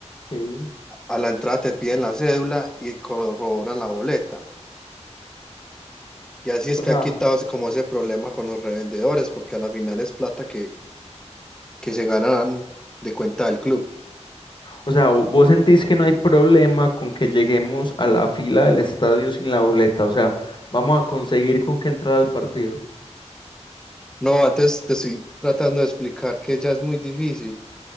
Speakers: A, on the left; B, in the centre.
A: sí.
B: a la entrada te piden la cédula y corroboran la boleta. Y así es
A: O
B: que
A: sea,
B: han quitado ese- como ese problema con los revendedores, porque a la final es plata que, que se ganan de cuenta del club.
A: O sea, vo- vos sentís que no hay problema con que lleguemos a la fila del estadio sin la boleta. O sea, vamos a conseguir con que entrar al partido.
B: No, antes te estoy tratando de explicar que ya es muy difícil